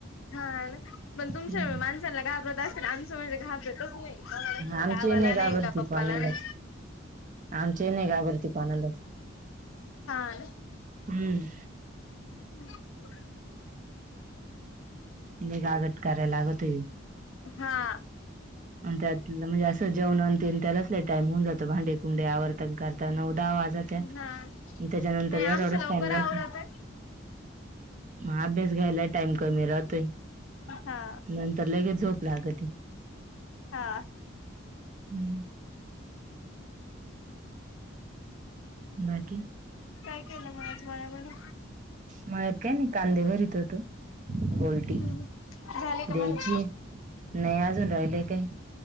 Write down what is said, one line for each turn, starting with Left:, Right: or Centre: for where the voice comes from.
Left: हा पण तुमच्या
Right: हम्म
Left: माणसांना घाबरत असतील, ना आमचं म्हणजे घाबरत <unintelligible> नाही कोणालाचनाही
Right: आमचे
Left: बाबाला
Right: घाबरती
Left: नाही का पप्पाला
Right: कोणालाच
Left: नाही
Right: आमचे नाही घाबरती कोणालाच.
Left: हा ना
Right: हम्म
Left: <inaudible>
Right: लय गागट कराय लागतोय
Left: हा
Right: आणि त्यातल म्हणजे असं जेवण अन तेन त्यालाच लय टाइम होऊन जातो भांडे कुंडे आवरता करता नऊ दहा वाजत्या त्या
Left: हा
Right: त्याच्यानंतर
Left: नाही
Right: एवढा
Left: आमचं
Right: एवढाच
Left: लवकर
Right: टाइम राहतो.
Left: आवरतय.
Right: म अभ्यास घ्यायला टाइम कमी राहतो.
Left: हा
Right: नंतर लगेच झोप लागती.
Left: हा
Right: हम्म बाकी
Left: काय केलं म आज मळ्यामध्ये?
Right: मळ्यात काय नाही कांदे भरीत होतो गोलटी
Left: हम्म झाले का
Right: द्यायची
Left: बरोबर
Right: आहे नाय अजून राहिलं काही.